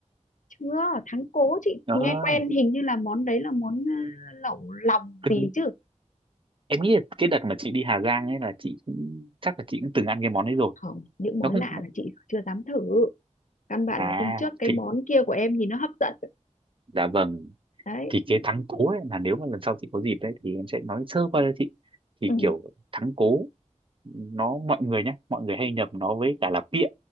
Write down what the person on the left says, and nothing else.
chưa thắng cố chị
nghe quen hình như là món đấy là món ờ, lẩu lòng
gì chứ
không những món
lạ
là chị chưa dám thử căn bản
là hôm trước cái
món kia của em nhìn nó hấp dẫn
đấy
ừ